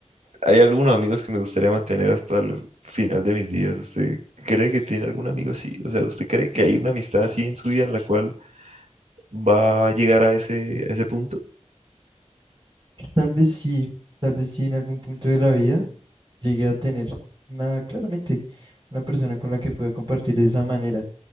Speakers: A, on the right; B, on the right.
A: hay algunos amigos que me gustaría mantener hasta el final de mis días. ¿Usted cree que tiene algún amigo así? O sea, ¿usted cree que hay una amistad así en su vida en la cual va a llegar a ese, a ese punto?
B: Tal vez sí, tal vez sí en algún punto de la vida llegué a tener una, claramente, una persona con la que pueda compartir de esa manera.